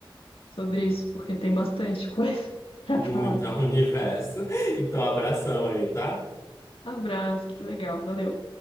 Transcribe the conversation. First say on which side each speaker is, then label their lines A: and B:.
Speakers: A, on the left; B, on the left.
A: sobre isso, porque tem bastante coisa <laughs> para
B: Muita
A: falar.
B: <laughs> universo. Então, abração aí, tá?
A: Abraço, que legal, valeu.